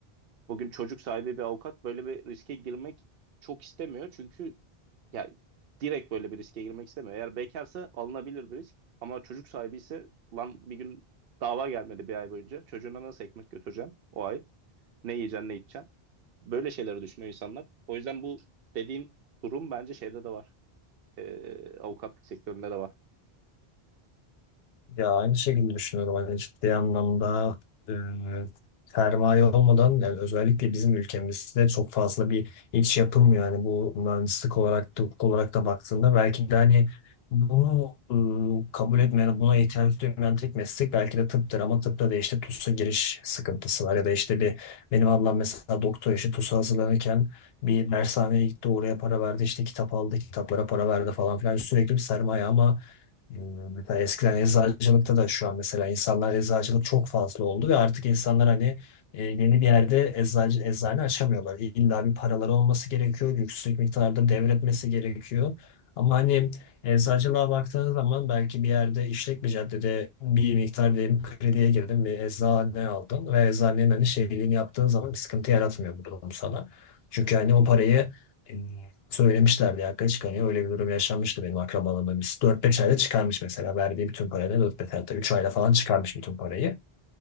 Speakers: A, on the right; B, on the left.
A: Bugün çocuk sahibi bir avukat böyle bir riske girmek çok istemiyor. Çünkü ya direkt böyle bir riske girmek istemiyor. Eğer bekarsa alınabilir bir risk. Ama çocuk sahibi ise lan bir gün dava gelmedi bir ay boyunca. Çocuğuna nasıl ekmek götüreceğim o ay? Ne yiyeceksin, ne içeceksin? Böyle şeyleri düşünüyor insanlar. O yüzden bu dediğin durum bence şeyde de var. Ee, avukatlık sektöründe de var.
B: Ya aynı şekilde düşünüyorum. Hani ciddi anlamda e, sermaye olmadan yani özellikle bizim ülkemizde çok fazla bir iş yapılmıyor. Yani bu mühendislik olarak da hukuk olarak da baktığında belki de hani bunu e, kabul etmeyen, buna ihtiyaç duymayan tek meslek belki de tıptır. Ama tıpta da işte TUS'a giriş sıkıntısı var. Ya da işte bir benim ablam mesela doktor işi TUS'a hazırlanırken bir dershaneye gitti oraya para verdi işte kitap aldı kitaplara para verdi falan filan sürekli bir sermaye ama Bilmiyorum. Mesela eskiden eczacılıkta da şu an mesela insanlar eczacılık çok fazla oldu ve artık insanlar hani e, yeni bir yerde eczacı, eczane açamıyorlar. İlla bir paraları olması gerekiyor. Yüksek miktarda devretmesi gerekiyor. Ama hani eczacılığa baktığınız zaman belki bir yerde işlek bir caddede bir miktar diyelim krediye girdin ve eczane aldın ve eczanenin hani şeyliğini yaptığın zaman bir sıkıntı yaratmıyor bu durum sana. Çünkü hani o parayı e, söylemişlerdi ya hakikaten çıkamıyor. Öyle bir durum yaşanmıştı benim akrabalarımda. Biz 4-5 ayda çıkarmış mesela. Verdiği bütün parayı dört beş ayda 3 ayda falan çıkarmış bütün parayı.